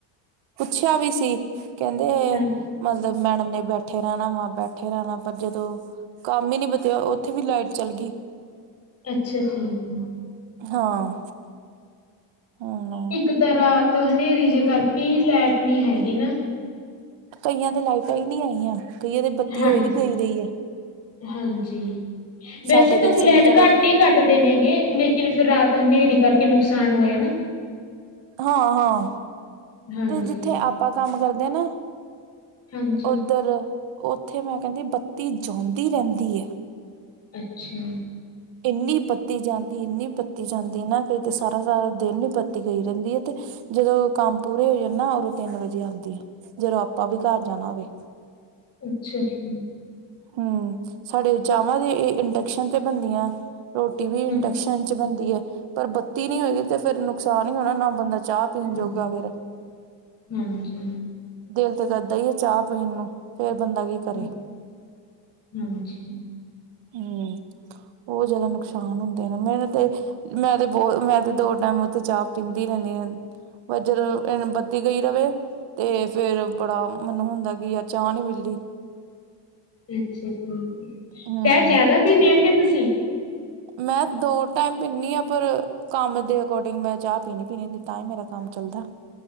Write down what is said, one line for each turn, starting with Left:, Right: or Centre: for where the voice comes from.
Right: ਪੁੱਛਿਆ ਵੀ ਸੀ ਕਹਿੰਦੇ।
Left: ਹਾਂ
Right: ਮਤਲਬ ਮੈਡਮ ਨੇ ਬੈਠੇ ਰਹਿਣਾ ਵਾ ਬੈਠੇ ਰਹਿਣਾ ਪਰ ਜਦੋਂ ਕੰਮ ਹੀ ਨੀ ਬਤਿਆ ਇਥੇ ਵੀ ਲਾਈਟ ਚੱਲ ਗਈ
Left: ਅੱਛਾ। ਠੀਕ ਹੈ।
Right: ਹਾਂ ਹਮ
Left: ਇੱਕ ਤ ਰਾਤ ਹਨੇਰੀ ਜੇ ਕਰਕੇ ਲੈਟ ਨੀ ਹੈਗੀ ਨਾ
Right: ਕਈਆਂ ਦੇ ਲਾਈਟਾਂ ਹੀ ਨਹੀਂ ਆਈਆਂ ਕਈਆਂ ਦੇ ਬੱਤੀ
Left: ਹਾਂਜੀ
Right: ਹ ਵੀ ਗਈ ਰਹੀ ਹੈ।
Left: ਹਾਂਜੀ ਵੈਸੇ
Right: ਸਾਡੇ
Left: ਤੂੰ
Right: ਤੇ ਸਿਰਫ
Left: ਲੈਟ
Right: ਚਲੋ
Left: ਘੱਟ ਹੀ ਘੱਟ ਕੱਟ ਦੇ ਨੇਗੇ ਲੇਕਿਨ ਫਿਰ ਰਾਤ ਹਨੇਰੀ ਕਰਕੇ ਨੁਕਸਾਨ ਹੋਇਆ ਨਾ।
Right: ਹਾਂ ਹਾਂ
Left: ਹਾਂਜੀ,
Right: ਤੇ ਜਿੱਥੇ ਆਪਾਂ ਕੰਮ ਕਰਦੇ ਨਾ
Left: ਹਾਂਜੀ
Right: ਓਦਰ ਉੱਥੇ ਮੈਂ ਕੈਂਦੀ ਬੱਤੀ ਜਾਂਦੀ ਰਹਿੰਦੀ ਹੈ।
Left: ਅੱਛਾ
Right: ਇੰਨੀ ਬੱਤੀ ਜਾਂਦੀ ਇੰਨੀ ਬੱਤੀ ਜਾਂਦੀ ਨਾ ਕਈ ਤੇ ਸਾਰਾ ਸਾਰਾ ਦਿਨ ਹੀ ਬੱਤੀ ਗਈ ਰੈਂਦੀ ਹੈ ਤੇ ਜਦੋਂ ਕੰਮ ਪੂਰੇ ਹੋ ਜਾਂਦਾ ਉਦੋਂ ਤਿੰਨ ਵਜੇ ਆਂਦੀ ਆ ਜਦੋਂ ਆਪਾਂ ਵੀ ਘਰ ਜਾਣਾ ਹੋਵੇ।
Left: ਅੱਛਾ ਠੀਕ
Right: ਹਮ ਸਾਡੇ ਚਾਵਾਂ ਦੇ ਇੰਡਕਸ਼ਨ ਤੇ ਬਣਦੀਆਂ ਰੋਟੀ ਵੀ ਇੰਡਕਸ਼ਨ
Left: ਹਾਂਜੀ,
Right: ਚ ਬਣਦੀ ਹੈ ਪਰ ਬੱਤੀ ਨੀ ਹੋਏਗੀ ਤੇ ਫੇਿਰ ਨੁਕਸਾਨ ਹੀ ਹੋਣਾ ਨਾ ਬੰਦਾ ਚਾਹ ਪੀਣ
Left: ਹਾਂਜੀ
Right: ਜੋਗਾ ਫੇਰ
Left: ਹਾਂਜੀ
Right: ਦਿਲ ਤੇ ਕਰਦਾ ਹੀ ਹੈ ਚਾਹ ਪੀਣ ਨੂੰ ਫੇਰ ਬੰਦਾ ਕੀ ਕਰੇ
Left: ਹਮ ਹਾਂਜੀ
Right: ਹਮ ਉਹ ਜਾਦਾ ਨੁਕਸਾਨ ਹੁੰਦੇ ਨੇ ਮੈਨੂੰ ਤੇ ਮੈਂ ਤੇ ਬਹੁਤ ਮੈਂ ਤੇ ਦੋ ਟੈਮ ਉੱਥੇ ਚਾਹ ਪੀਂਦੀ ਰੈਂਦੀ ਆਂ। ਵਜਰ ਬੱਤੀ ਗਈ ਰਵੇ। ਤੇ ਫਿਰ ਬੜਾ ਮੈਨੂੰ ਹੁੰਦਾ ਕੀ ਯਾਰ ਚਾਹ ਨੀ ਮਿਲਦੀ
Left: ਅੱਛਾ ਠੀਕ
Right: ਹੂੰ
Left: ਚਾਹ ਜਾਦਾ ਪੀਨੇ ਹੋਗੇ ਤੁਸੀਂ?
Right: ਮੈਂ ਦੋ ਟੈਮ ਪੀਨੀ ਆ ਪਰ। ਕੰਮ ਦੇ ਅਕੋਰਡਿੰਗ ਮੈਂ ਚਾਹ ਪੀਣੀ ਪੀਣੀ ਹੁੰਦੀ ਤਾਂ ਹੀ ਮੇਰਾ ਕੰਮ ਚੱਲਦਾ